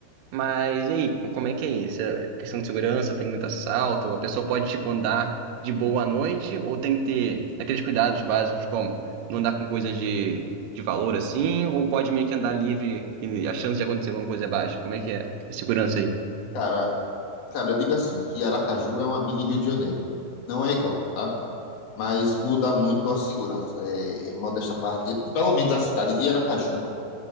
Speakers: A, on the right; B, on the left.
A: Mas e aí, como é que é isso? É Questão de segurança, tem muito assalto? A pessoa pode, tipo, andar de boa à noite? Ou tem que ter aqueles cuidados básicos como não andar com coisa de, de valor assim? Ou pode meio que andar livre e a chance de acontecer alguma coisa é baixa? Como é que é a segurança aí?
B: cara, cara, eu digo assim, que Aracaju é uma mini Rio de Janeiro. Não é igual, tá? Mas muda muito a segurança. É, modesta parte, pelo menos a cidade de Aracaju,